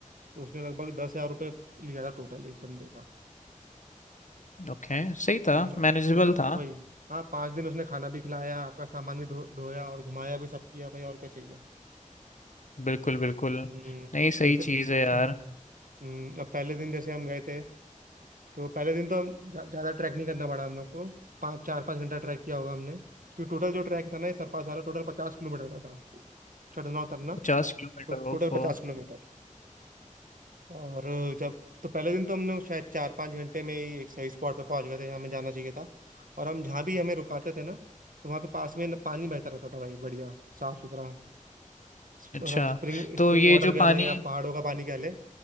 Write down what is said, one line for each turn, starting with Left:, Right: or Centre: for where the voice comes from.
Right: तो उसने लगभग दस हजार रुपये लिया था टोटल एक बंदे का
Left: ओके सही था
Right: हम्म,
Left: मैनेजेबल
Right: तो
Left: था
Right: वही हाँ पांच दिन उसने खाना भी खिलाया आपका सामान भी धो धोया और घुमाया भी सब किया भाई और क्या चाहिए
Left: बिल्कुल बिल्कुल
Right: हम्म
Left: नहीं
Right: और
Left: सही
Right: जैसे हम्म,
Left: चीज़ है यार
Right: हम्म, अब पहले दिन जैसे हम गए थे तो पहले दिन तो हम ज़्यादा ट्रैक नहीं करना पड़ा हम लोग को पाँच चार पाँच घंटा ट्रैक किया होगा हमने क्योंकि टोटल जो ट्रैक था ना ये सरपास वाला टोटल पचास किलोमीटर का था चढ़ना उतरना
Left: पचास किलोमीटर
Right: टो, टोटल
Left: ओफो
Right: पचास किलोमीटर और जब तो पहले दिन तो हम लोग शायद चार पाँच घंटे में ही एक सही स्पॉट पे पहुंच गए थे जहाँ हमें जाना चाहिए था और हम जहाँ भी हमें रुकाते थे ना तो वहाँ पे पास में न- पानी बहता रहता था भाई बढ़िया साफ सुथरा स्प-
Left: अच्छा
Right: स्प्रिंग स्प्रिंग
Left: तो ये
Right: वाटर
Left: जो
Right: कह
Left: पानी
Right: ले या पहाड़ों का पानी कह ले